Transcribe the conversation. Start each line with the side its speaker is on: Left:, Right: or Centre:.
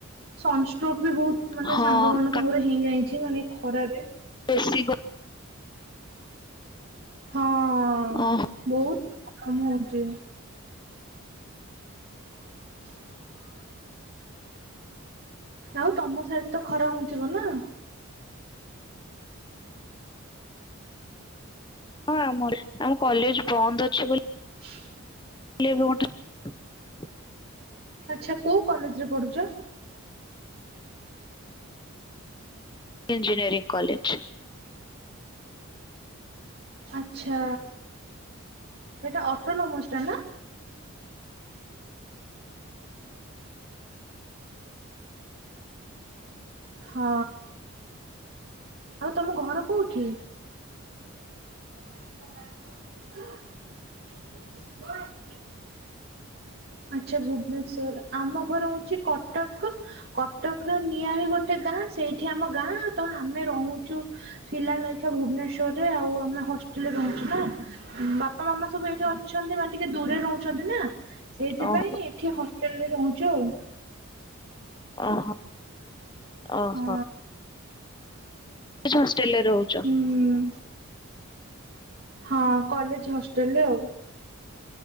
Right: ସନଷ୍ଟ୍ରୋକ ବି ବୋହୁତ ମାନେ
Left: ହଁ
Right: ସାଙ୍ଗ ମାନଙ୍କୁ ମୋର ହେଇ ଯାଇଚି, ମାନେ ଖରାରେ
Left: ବେଶି ଗ
Right: ହଁ
Left: ଅଁ
Right: ବୋହୁତ କାମ ହଉଚି। <inaudible> ଆଉ ତମ ସିୟାଡେ ତ ଖରା ହୋଉଥିବ ନା।
Left: ହଁ ଆମର ଆମ କଲେଜ ବନ୍ଦ ଅଛି ବୋଲି।
Right: <inaudible>
Left: <unintelligible>
Right: ଆଚ୍ଛା କୋଉ କଲେଜରେ ପଢ଼ୁଚ?
Left: Engineering college.
Right: ଆଚ୍ଛା ଏଟା ଅଟୋନୋମସ୍ ଟା ନା? ହଁ, ଆଉ ତମ ଘର କୋଉଠି?
Left: <unintelligible>
Right: <inaudible> ଆଚ୍ଛା ଭୁବନେଶ୍ଵର, ଆମ ଘର ହୋଉଚି କଟକ, କଟକ ର ନିଆଳି ଗୋଟେ ଗାଁ ସେଇଠି ଆମ ଗାଁ ତ ଆମେ ରହୁଚୁ ଶିଲାଲଖା ଭୁବନେଶ୍ଵରରେ ଆଉ। ଆମେ ହଷ୍ଟେଲରେ ରହୁଚି ନା। ବାପା ମାମା ସବୁ ଏଇଠି ଅଛନ୍ତି ମାନେ ଟିକେ ଦୂରରେ ରହୁଛନ୍ତି ନା ସେଇଥିପାଇଁ
Left: ଓହୋ
Right: ଏଠି ହଷ୍ଟେଲ ରେ ରହୁଚୁ ଆଉ।
Left: ଓହୋ। ଓହୋ।
Right: ହଁ।
Left: ହଷ୍ଟେଲରେ ରହୁଚ?
Right: ହୁଁ ହଁ, କଲେଜ ହଷ୍ଟେଲରେ ଆଉ।